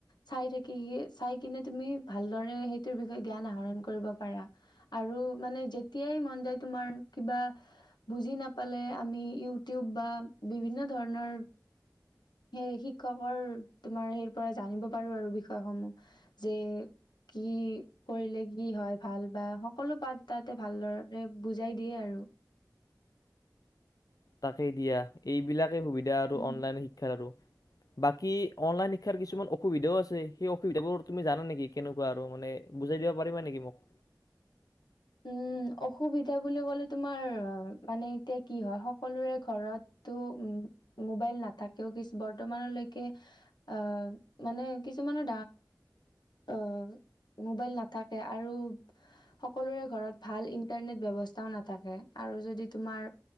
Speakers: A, on the left (about 80°); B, on the left (about 55°).
A: চাই থাকি চাই কিনে তুমি ভালদৰে সেইটোৰ বিষয়ে জ্ঞান আহৰণ কৰিব পাৰা। আৰু মানে যেতিয়াই মন যায় তোমাৰ কিবা বুজি নাপালে আমি ইউটিউব বা বিভিন্ন, ধৰণৰ, সেই শিক্ষকৰ তোমাৰ সেই পৰা জানিব পাৰো আৰু বিষয়সমূহ যে', কি কৰিলে কি হয়', ভাল বা সকলো পাত তাতে ভালদৰে বুজাই দিয়ে আৰু।
B: তাকেই দিয়া এইবিলাক, সুবিধা আৰু
A: উম
B: অনলাইন শিক্ষাৰ আৰু, বাকী অনলাইন শিক্ষাৰ কিছুমান অসুবিধাও আছে সেই অসুবিধাবোৰ তুমি জানা নেকি কেনেকুৱা আৰু মানে বুজাই দিবা পাৰিবা নেকি মোক?
A: উম ', অসুবিধা বুলি ক'লে', -তোমাৰ মানে এতিয়া কি হয় সকলোৰে ঘৰতটো উম ', মোবাইল নাথাকেও কি', বৰ্তমানলৈকে আহ', মানে কিছুমানৰ অ', মোবাইল নাথাকে আৰু সকলোৰে ঘৰত ভাল ইণ্টাৰনেট ব্যৱস্থাও নাথাকে, আৰু যদি তোমাৰ